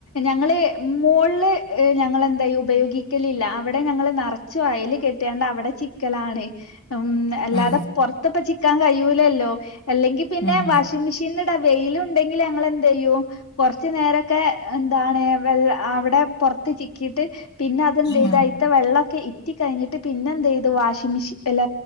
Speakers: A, on the left; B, on the left.
A: ഞങ്ങള് മോള്ല് ഞങ്ങളെന്തേയ്യും ഉപയോഗിക്കലില്ല അവിടെ ഞങ്ങള് നറച്ചും അയല് കെട്ട്യാണ്ട് അവിടെ ചിക്കലാണ് ഉം എല്ലാര
B: ഉം
A: പൊർത്ത പ്പ ചിക് ക്കാൻ കയ്യൂല്ലല്ലോ അല്ലെങ്കി പിന്നേ
B: ഉം
A: വാഷിങ് മിഷീൻ ല് ല്ല വെയില്ണ്ടങ്ങി ഞങ്ങളെന്ധെയ്യും കൊർച്ച് നേരൊക്കെ എന്താണ് വെള്ള ആവിടെ പൊർത് ചിക്കീട്ട് പിന്നതെന്ദ്യ്ത്
B: ഉം
A: അയിതെ വെള്ളൊക്കെ ഇറ്റ് റ്റികഴിഞ്ഞിട്ട് പിന്നെന്ധെയ്തു വാഷിങ് മിഷീ അല്ല